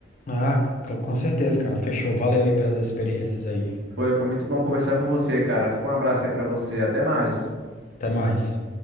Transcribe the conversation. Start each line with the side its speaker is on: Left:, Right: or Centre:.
Left: Ah, c- com certeza, cara, fechou. Valeu aí pelas experiências aí.
Right: Foi, foi muito bom conversar com você, cara. Fica um abraço aí pra você. Até mais.
Left: Até mais.